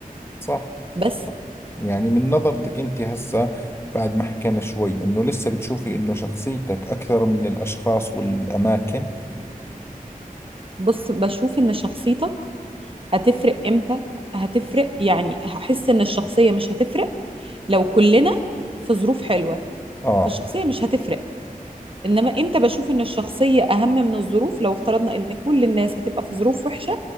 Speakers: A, on the left; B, on the right.
A: صح
B: بس
A: يعني من نظرتك أنت هسه بعد ما حكينا شوي إنه لسه بتشوفي إنه شخصيتك أكثر من الأشخاص والأماكن
B: بص بشوف ان شخصيتك هتفرق امتى هتفرق يعني هحس ان الشخصيه مش هتفرق لو كلنا في ظروف حلوه
A: آه
B: فالشخصيه مش هتفرق انما امتى بشوف ان الشخصية اهم من الظروف لو افترضنا ان كل الناس هتبقى في ظروف وحشة